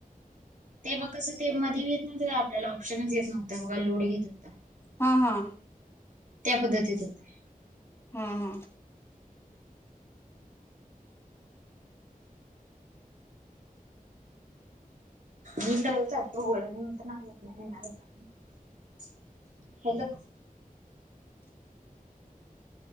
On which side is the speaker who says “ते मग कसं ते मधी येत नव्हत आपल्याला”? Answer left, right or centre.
Right